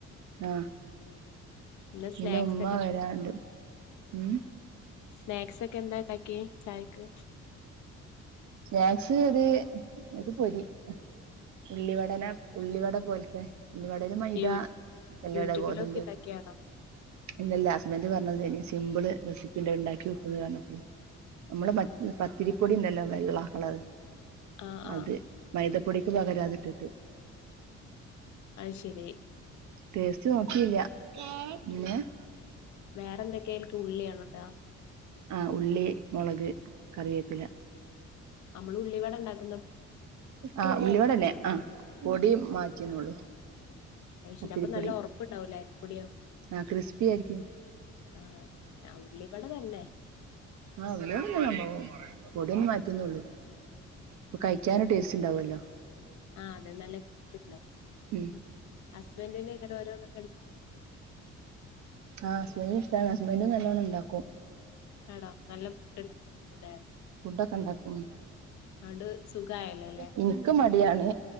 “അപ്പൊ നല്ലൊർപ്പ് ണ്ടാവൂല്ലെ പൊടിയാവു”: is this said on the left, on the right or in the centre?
Left